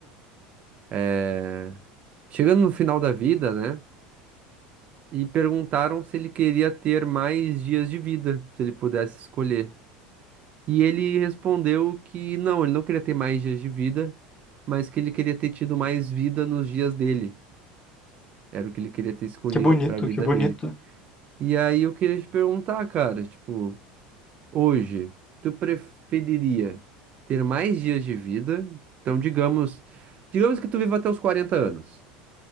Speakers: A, on the right (about 30°); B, on the left (about 20°).
A: <clears throat> eh, chegando no final da vida, né? E perguntaram se ele queria ter mais dias de vida, se ele pudesse escolher. E ele respondeu que não, ele não queria ter mais dias de vida, mas que ele queria ter tido mais vida nos dias dele. Era o que ele queria ter escolhido
B: Que bonito,
A: para a vida
B: que bonito.
A: dele. E aí eu queria te perguntar, cara, tipo, hoje, tu preferiria ter mais dias de vida? Então, digamos, digamos que tu viva até os 40 anos,